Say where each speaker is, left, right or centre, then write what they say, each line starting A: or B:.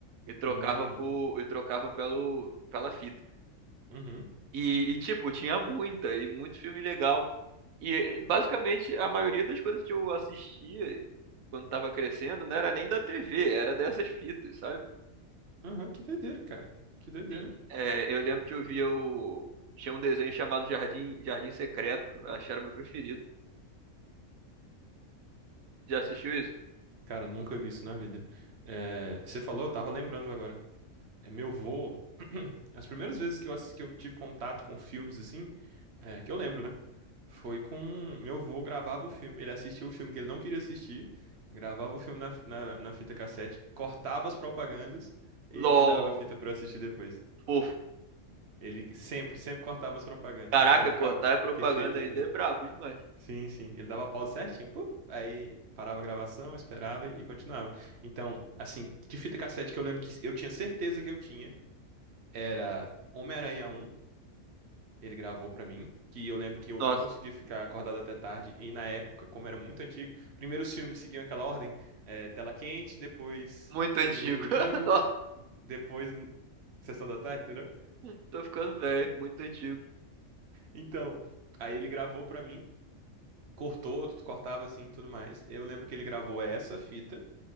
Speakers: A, on the right (about 85°); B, on the right (about 55°).
A: e trocava
B: Hum,
A: por, e trocava pelo pela fita.
B: uhum,
A: E, e, tipo, tinha muita e muito filme legal. E eh, basicamente a maioria das coisas que eu assistia quando tava crescendo não era nem da TV, era dessas fitas, sabe?
B: uhum, que doideira, cara. Que doideira.
A: Sim. É, eu lembro que eu via o tinha um desenho chamado Jardim Jardim Secreto, acho que era o meu preferido. Já assistiu isso?
B: Cara, nunca vi isso na vida. É, você falou, eu tava lembrando agora. É, meu vô, <clears throat> as primeiras vezes que eu, assisti, que eu tive contato com filmes assim, é, que eu lembro, né? Foi com meu vô gravava o filme. Ele assistia o filme que ele não queria assistir, gravava o filme na, fi- na, na fita cassete, cortava as propagandas e
A: LOL.
B: me dava a fita pra eu assistir depois.
A: Pô,
B: Ele sempre, sempre cortava as propagandas,
A: caraca,
B: então ficava
A: cortar é propaganda
B: perfeito
A: ainda
B: o filme.
A: é brabo demais.
B: Sim, sim. Ele dava pause certinho. puf, aí parava a gravação, esperava e continuava. Então, assim, de fita cassete que eu lembro que eu tinha certeza que eu tinha, era Homem-Aranha um. ele gravou pra mim, que eu lembro que eu
A: Nossa,
B: não conseguia ficar acordado até tarde, e na época, como era muito antigo, primeiro os filmes seguiam aquela ordem, eh, tela quente, depois
A: muito
B: filme
A: antigo.
B: no domingo,
A: <laughs>
B: depois sessão da tarde, entendeu?
A: Nossa, tô ficando velho, muito antigo.
B: Então, aí ele gravou pra mim, cortou, cortava assim, tudo mais. Eu lembro que ele gravou essa fita